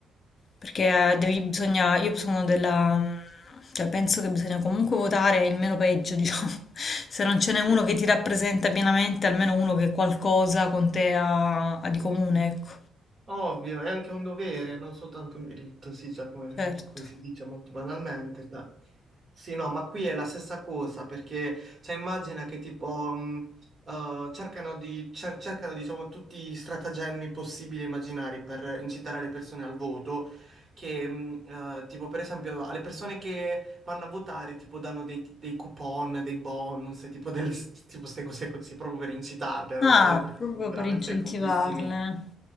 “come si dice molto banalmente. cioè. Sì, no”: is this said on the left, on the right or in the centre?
Right